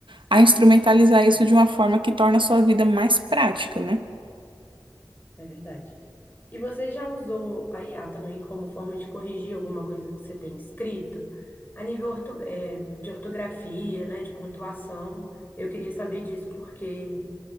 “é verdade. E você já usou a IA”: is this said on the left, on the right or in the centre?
Left